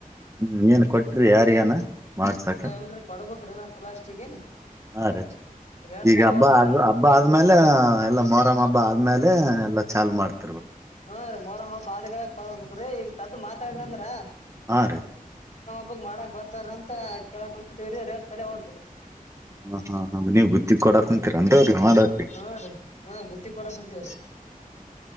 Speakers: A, on the right; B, on the left.
A: ಹ್ಮ್ ಏನ್ ಕೊಟ್ರಿ ಯಾರಿಗಾನ ಮಾಡ್ಸಕ
B: ಇನ್ನ ಎಲ್ರಿ ಕೊಡ್ಬೇಕ್ರಿ ಇನ್ನ ಪ್ಲಾಸ್ಟಿಗೆ
A: ಹಾ ರೀ
B: ರೇಟ್
A: ಈಗ
B: ಕಲೆ
A: ಹಬ್ಬ
B: ಹೋಲ್ದ್ರಿ
A: ಆದ
B: ಇನ್ನ
A: ಹಬ್ಬ ಆದ್ಮೇಲೆ ಎಲ್ಲ ಮೊರಂ್ ಹಬ್ಬ ಆದ್ಮೇಲೆ ಎಲ್ಲ ಚಾಲ್ ಮಾಡ್ತಾರೆ
B: ಹಾ ರೀ ಮೋರಮ ಬಾದಗೋಗ್ರೀ ಈಗ ತದ್ ಮಾತಾಡಂದ್ರ
A: ಹಾ ರೀ
B: ಇ ಮಾಡಕ್ ಬರ್ತಾರಂತ ಕೇಳಕ್ಂತೀವ್ರಿ ರೇಟ್ ಕಲೆ ಹೊಲ್ದ್ರಿ
A: ಹಾ ಹಾ ಹ ನೀವ್ ಬುತ್ತಿ ಕೊಡಾಕ್ಂತೀರ ಅಂದ್ರಿ ಮಾಡಿ
B: ಹಾ ರೀ ಹಾ ಗುತ್ತಿ ಕೊಡಾಕ್ ಕುಂತೀವ್ರಿ